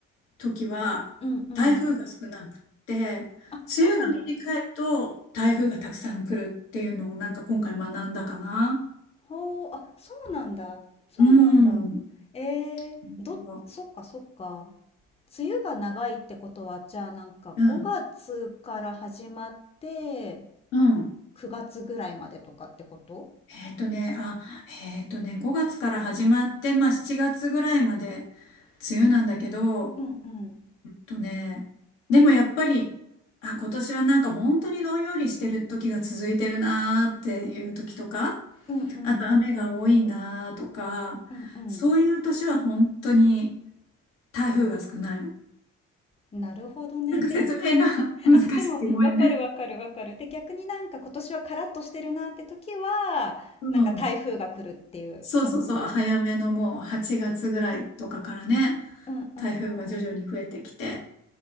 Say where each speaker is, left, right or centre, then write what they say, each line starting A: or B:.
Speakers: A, on the left; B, on the left.
A: 時は台風が少なくって、
B: うんうん。あ、そうなんだ。
A: 梅雨が短いと台風がたくさん来るっていうのをなんか今回学んだかな。
B: ほう、あ、そうなんだ。そうなんだ。
A: うん。
B: えー、
A: う
B: ど、そっかそっか。梅雨が長いってことは、じゃあなんか5月から始まって
A: ん。うん。
B: 9月ぐらいまでとかってこと
A: えっとね、あ、えっとね、5月から始まって、まあ7月ぐらいまで梅雨なんだけど、
B: うんうん。
A: とね、でもやっぱり、あ、今年はなんか本当にどんよりしてる時が続いてるなーっていう時とか、
B: うんうん。
A: あと雨が多いなとか、
B: うんうん。
A: そういう年は本当に台風が少ないの。
B: なるほどね。
A: なんか説明が
B: で
A: <laughs>
B: <laughs>
A: 難しくてごめんね。
B: あ、でも、わかるわかるわかる。で、逆になんか今年はカラッとしてるなって時は、
A: うん。
B: なんか台風が来るっていう感じ。
A: そうそうそう、早めのもう8月ぐらいとかからね、
B: うんうんうんうん。
A: 台風が徐々に増えてきて、